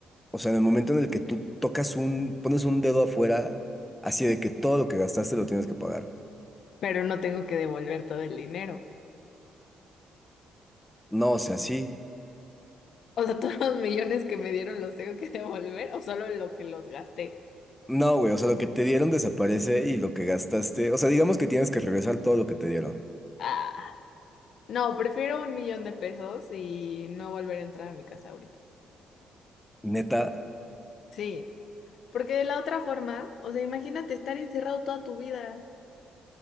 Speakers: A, in the centre; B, on the left.
A: o sea, en el momento en el que tú tocas un, pones un dedo afuera, así de que todo lo que gastaste lo tienes que pagar.
B: Pero no tengo que devolver todo el dinero.
A: No, o sea, sí.
B: O sea, <laughs> todos los millones que me dieron los tengo que devolver o solo lo que los gasté.
A: No, güey, o sea, lo que te dieron desaparece y lo que gastaste, o sea, digamos que tienes que regresar todo lo que te dieron.
B: Ah, no, prefiero un millón de pesos y no volver a entrar a mi casa ahorita.
A: Neta,
B: Sí, porque de la otra forma, o sea, imagínate estar encerrado toda tu vida.